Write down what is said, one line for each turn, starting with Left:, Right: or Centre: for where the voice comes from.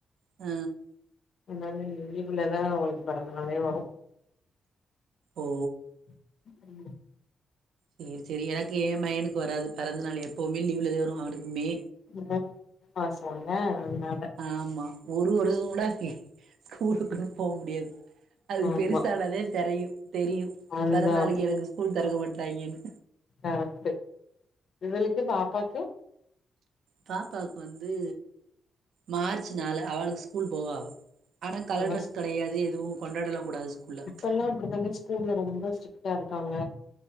Right: அ
Left: அதனால லீவுலதா அவளுக்கு பெறந்த நாளே வரோ
Right: ஓ
Left: <inaudible>
Right: சேர் சேரி எனக்கு ஏ பையனுக்கு வராது பெறந்த நாள் எப்வுமே லீவ்ல தா வரோ அவனுக்கு மே
Left: மே மே மாசோல்ல அதனால
Right: ஆமா ஒரு வருசோங் கூட ஸ்கூலுக்குன்னு போவ் முடியாது அதுக்கு
Left: ஆமா
Right: பெருசானதே தெரயூ தெரியூ
Left: அதுதா
Right: பெறந்தாளைக்கி எனக்கு ஸ்கூல் தெறக்க மாட்டறாங்கன்னு
Left: கரெக்டு இவளுக்கு பாப்பாக்கு
Right: பாப்பாக்கு வந்து மார்ச் நாலு அவளுக்கு ஸ்கூல் போவ ‌அவ ஆனா கலர்ட்ரெஸ்
Left: அவ
Right: கெடயாது எதுவும் கொண்டாடல்லா கூடாது ஸ்கூல்ல
Left: எல்லா அப்டிதா <unintelligible> ஸ்கூல்ல ரொம்ப ஸ்ட்ரிக்ட்டா இருக்காங்க